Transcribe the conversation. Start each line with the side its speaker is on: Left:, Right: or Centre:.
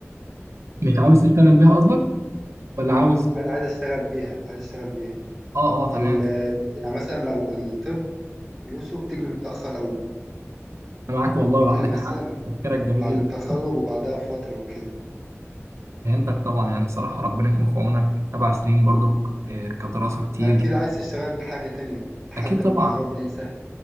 Right: مش عاوز تشتغل بيها قصدك ولا عاوز
Centre: عايز عايز اشتغل بيها عايز اشتغل بيها
Right: اه اه تمام
Centre: ال آه، يعني مثلا لو الطب فلوسه بتيجي متاخر قوي
Right: انا معاك والله وعندك
Centre: يعني مثلا
Right: حق تفكيرك جميل
Centre: بعد
Right: جدا
Centre: التخرج وبعدها بفتره وكده
Right: فهمتك طبعا يعني صراحه ربنا يكون في عونك سبع سنين برضك آه، كدراسه كتير
Centre: فاكيد عايز تشتغل بحاجه تانية لحد
Right: اكيد طبعا
Centre: ما ربنا يسهل